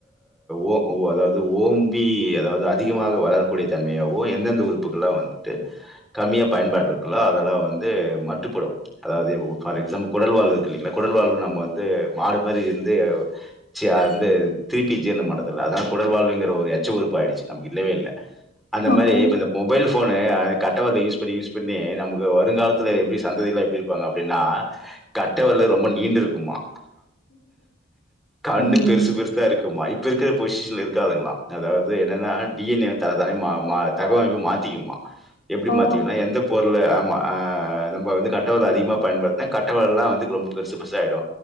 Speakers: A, in the centre; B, on the left.
A: ஓ ஓ அதாவது ஓம் பி இ ஜ அதாவது அதிகமாக வளரக்கூடிய தன்மையாவூ எந்தெந்த உறுப்புகள்லா வந்துட்டு கம்மியா பயன்பாடு இருக்குல்ல அதெல்லா வந்து மட்டுப்படு அதாவது ஃபார் எக்ஸாம்பிள் குடல் வாழ் இருக்கு இல்லிங்ளா குடல் வாழ்வு நம்ம வந்து மாடு மாரி இருந்து சி வந்து <unintelligible> மட்டத்துல அதா குடல் வாழுங்குற ஒரு எட் ச்சு உறுப்பு ஆய்டுச்சு நமக்கு இல்லவே இல்ல அந்த மாரி
B: ஓகே.
A: இப்ப இந்த மொபைல் போனு அது கட்டவிரல யூஸ் பண்ணி யூஸ் பண்ணி நமக்கு வருங்காலத்துல எப்டி சந்ததியெல்லா எப்டி இருப்பாங்க அப்டின்னா கட்ட வெரலு ரொம்ப நீண்டுருக்குமா கண்ணு
B: ம்.
A: பெருசு பெருசா இருக்குமா இப்ப இருக்குற பொசிஷன்ல இருக்காதுங்ளா அதாவது என்னன்னா டி என் ஏ தன்ன தானே தகவமைப்பே மாத்திக்குமா எப்படி
B: ஓ!
A: மாத்திகுனா எந்த பொருள ஆமா நம்ம வந்து கட் கட்டவெரல அதிகமா பயபடுத்துனா கட்டவெரல்லா வந்து ரொம்ப பெருச பெருச ஆய்டு